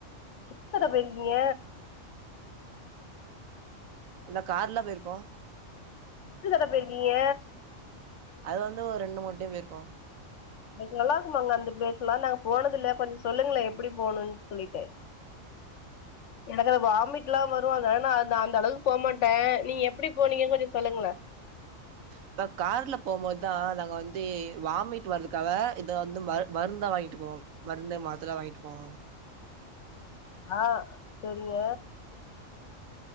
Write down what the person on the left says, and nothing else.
<unintelligible> போயிருக்கீங்க
த்தட போயிருக்கீங்க
அத் நல்லா இருக்குமாங்க அந்த பிளேஸ்லா நாங்க போனது இல்ல கொஞ்ச சொல்லுங்ளே எப்டி போணுன் சொல்லிட்டு எனக்கு வாமிட்லா வரு அதனால நா அ அந்த அளவுக் போமாட்டே நீங்க எப்டி போனீங்கன் கொஞ்ச சொல்லுங்ளே
ஆ செரிங்க